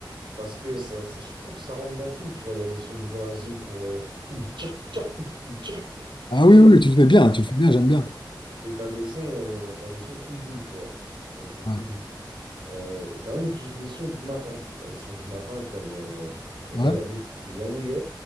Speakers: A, on the right (about 85°); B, on the left (about 80°).
A: parce que ça, ça- je trouve que ça rentre dans tout, tu vois, il y a des sons do Brasil pour euh, oum, tcha, tcha, oum, oum, tcha
B: Ah
A: et
B: oui, oui, tu le fais bien, tu le fais bien, j'aime bien.
A: et t'as des sons, euh, t'as des sons plus doux, tu vois, des sons
B: Ouais.
A: plus doux. Euh, et t'as même du- des sons du matin. Enfin, des sons du matin comme euh, LA
B: Ouais.
A: Amig, Yamouye.